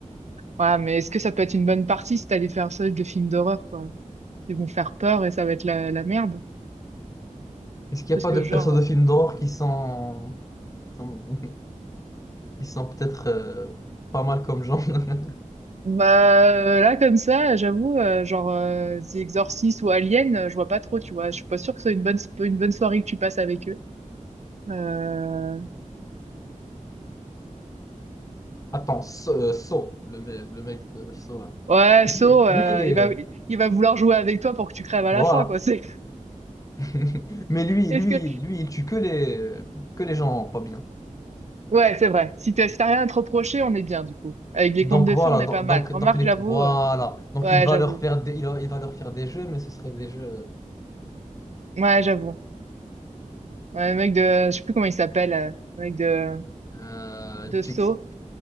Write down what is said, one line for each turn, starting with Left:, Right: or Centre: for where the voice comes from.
Right: ouais, mais est-ce que ça peut être une bonne partie si t'as des personnages de films d'horreur, quoi? Ils vont faire peur et ça va être la, la merde.
Left: Est-ce qu'il
Right: Parce
Left: n'y a pas
Right: que
Left: de persos
Right: genre,
Left: de films d'horreur qui sont, qui sont, <laughs> qui sont peut-être euh, pas mal comme genre? <laughs>
Right: Bah euh, là comme ça, j'avoue, euh, genre euh, The Exorcist ou Alien, euh, je vois pas trop, tu vois. Je suis pas sûre que ce soit une bonne sp- une bonne soirée que tu passes avec eux. Euh...
Left: Attends, So, euh, So, le, me- le mec de So, là.
Right: Ouais,
Left: Lui,
Right: So, euh,
Left: lui, il est.
Right: il va
Left: euh,
Right: il va vouloir jouer avec toi pour que tu crèves à
Left: Voilà.
Right: la fin, quoi. C'est <laughs>
Left: <laughs> Mais lui,
Right: est-ce
Left: lui,
Right: que
Left: lui, il tue que les, que les gens pas bien.
Right: ouais, c'est vrai. Si t'as si t'as rien à te reprocher, on est bien du coup. Avec les
Left: Donc
Right: contes de
Left: voilà,
Right: fées, on est
Left: do-
Right: pas mal.
Left: donc,
Right: Remarque,
Left: donc les,
Right: j'avoue.
Left: voilà.
Right: euh,
Left: Donc
Right: Ouais,
Left: il va
Right: j'avoue.
Left: leur faire des, il va, il va leur faire des jeux, mais ce seraient des jeux
Right: Ouais, j'avoue. Ouais, le mec de, je sais plus comment il s'appelle, euh, le mec de
Left: euh,
Right: de
Left: Jigsaw.
Right: So.